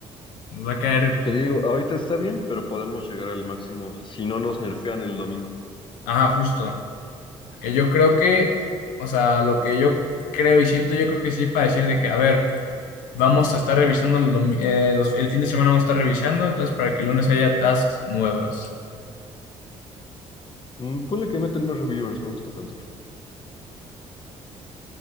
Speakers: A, on the left; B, on the left.
A: Nos va a caer
B: Que digo, ahorita está bien, pero podemos llegar al máximo si no nos nerfean el domingo.
A: Ajá, justo. Que yo creo que, o sea, lo que yo creo y siento, yo creo que sí, para decir de que, a ver, vamos a estar revisando el domi- eh, los- el fin de semana, vamos a estar revisando, entonces para que el lunes haya tasks nuevas.
B: Mm, ponle que meten más reviewers, me gusta pensar.